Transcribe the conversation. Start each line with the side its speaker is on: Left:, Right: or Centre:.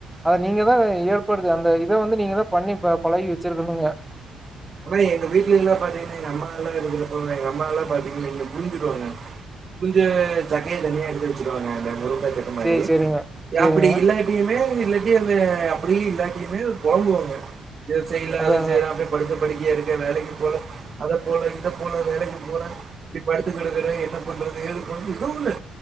Centre: அத நீங்க தா ஏற்படுத்தி அந்த இத வந்து நீங்கதா பண்ணி பழகி வச்சிருக்கணுங்க
Right: ஆனா எங்க வீட்ல எல்லா பாத்தீங்கன்னா எங்க அம்மா எல்லா இருக்கறப்ப எங்க அம்மா எல்லா பாத்தீங்கன்னா புரிஞ்சுக்குவாங்க கொஞ்ச சக்கைய தனியா எடுத்து வச்சிக்குவாங்க அந்த முருங்கக்காய் சக்க மாரி
Centre: சரி, சரிங்க. சரிங்க.
Right: அப்டி இல்லா எப்பயுமே இல்லாட்டி அந்த அப்டியு இல்லாட்டிமே பொலம்புவாங்க இது செய்ல
Centre: அதாங்க.
Right: அது செய்ல அப்டி படத்த படிக்கையா இருக்க வேலைக்கு போல அத போல இத போல வேலைக்கு போல இப்ப படுத்துக்கடக்குறே என்ன பண்றது ஏது பண்றது ஏதோ ஒண்ணு